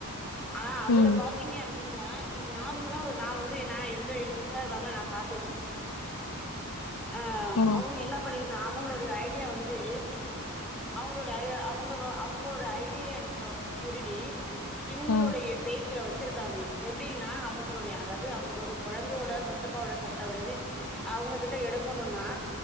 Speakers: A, in the centre; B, on the left (about 75°).
A: ஆனால் அதில்
B: ம்
A: பாத்தீங்க அப்டின்னா நீங்க நார்மலா ஒரு நான் வந்து ந எந்த ஒரு இன்ஸ்டாபிரம்மலா நான் பத்தது ஆ
B: ம்
A: அவங்க என்ன பண்ணிரு அவங்களுடைய ஐடியா வந்து அவங்களுடைய அவங்க அவங்கோடைய ஐடிய இவங்க வந்து திருடி இவங்களுடைய
B: ம்
A: பேஜ்ல வச்சு இருக்காங்க எப்டின்னா அவங்களுடைய அதாவது அவங்க ஒரு கெழந்தையோட பட்டுப்பாட சட்ட வந்து அவங்க கிட்ட எடுக்கணும்னா